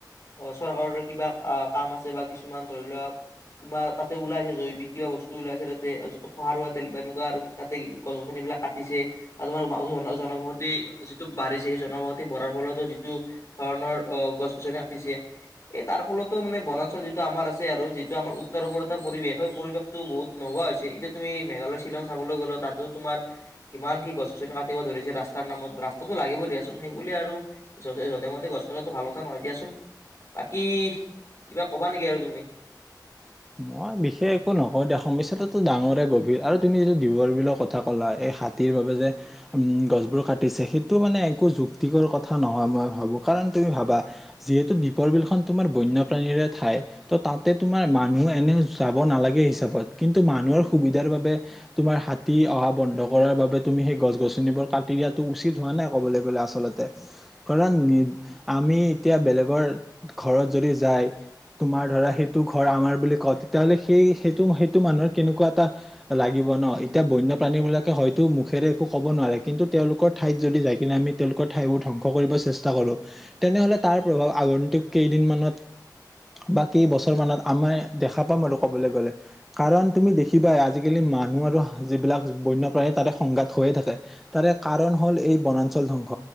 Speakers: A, on the left; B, in the centre.
A: অ চৰকাৰৰে কিবা কাম আছে বা কিছুমান ধৰি লোৱা কিবা তাতে ওলাইছে জৈৱিক কিবা বস্তু ওলাইছে তাতে, খহাৰুৱা তেল বা তেনকুৱা আৰু তাতে গছ গছনিবিলাক কাটিছে বা তোমাৰ জনবসতি যিটো বাঢ়িছে সেই জনবসতি বঢ়াৰ ফলতো যিটো ধৰণৰ অ গছ গছনি কাটিছে, এই তাৰ ফলতো মানে বনাঞ্চল যিটো আমাৰ আছে আৰু যিটো আমাৰ উত্তৰ পূৰতা পৰিৱেশ, সেই পৰিৱেশটো বহুত নোহোৱা হৈছে। এতিয়া তুমি মেঘালয়, শ্বিলং চাবলৈ গ'লে তাতো তোমাৰ কিমান কি গছ গছনি কা টিব ধৰিছে ৰাস্তাৰ নামত, ৰাস্তাটো লাগিব দিয়াচোন সেইবুলিয়ে আৰু যজে যধে-মধে গছ কাটাটো ভাল কথা নহয় দিয়াচোন। বাকী কিবা ক'বা নেকি আৰু তুমি?
B: মই বিশেষ একো নকওঁ দে সমস্যাটো ডাঙৰে গভীৰ আৰু তুমি যে দিপৰবিলৰ কথা কলা, এই হাতীৰ বাবে যে উম গছবোৰক কাটিছে সেইটো মানে একো যুক্ তিজৰ কথা নহয় মই ভাবো, কাৰণ তুমি ভাবা যিহেতু দ্বীপৰ বিলখন তোমাৰ বন্যপ্ৰাণীৰে ঠাই ত' তাতে তোমাৰ মানুহ এনে যাব নালাগে হিচাপত কিন্তু মানুহৰ সুবিধাৰ বাবে তোমাৰ হাতী অহা বন্ধ কৰাৰ বাবে তুমি সেই গছ গছনিবোৰ কাটি দিয়াটো উচিত হোৱা নাই ক'বলৈ গ'লে আচলতে কাৰণ নি আমি এতিয়া বেলেগৰ ঘৰত যদি যায় তোমাৰ ধৰা সেইটো ঘৰ আমাৰ বুলি কয় তেতিয়া হ'লে সেই সেইটো সেইটো মানুহৰ কেনেকুৱা এটা লাগিব ন এতিয়া বন্যপ্ৰাণী বিলাকে হয়তো মুখেৰে একো ক'ব নোৱাৰে কিন্তু তেওঁলোকৰ ঠাইত যদি যাই কিনে আমি তেওঁলোকৰ ঠাইবোৰ ধ্বংস কৰিব চেষ্টা কৰো তেনেহ'লে তাৰ প্ৰভাৱ আগন্তুক কেইদিন মানত, বা কেইবছৰ মানত আমাই দেখা পাম আলু ক'বলে গ'লে, কাৰণ তুমি দেখিবাই আজিকালি মানুহ আৰু যিবিলাক বন্যপ্ৰাণী তাৰে সংঘাত হৈয়ে থাকে তাৰে কাৰণ হ'ল এই বনাঞ্চল ধ্বংস,